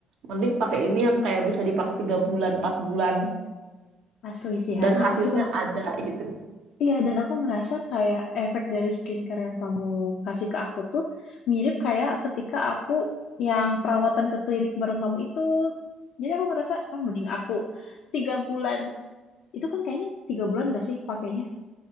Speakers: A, on the right; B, on the left.
A: mending pakai
B: As-
A: ini yang kayak bisa dipakai 3 bulan 4 bulan
B: Asli sih Han.
A: dan
B: Aku
A: hasilnya
B: juga
A: ada gitu
B: iya dan aku ngerasa kayak efek dari skincare yang kamu kasih ke aku tuh mirip kayak ketika aku yang perawatan ke klinik bareng kamu itu. Jadi aku ngerasa ah mending aku tiga bulan itu kan kayaknya tiga bulan gak sih pakainya?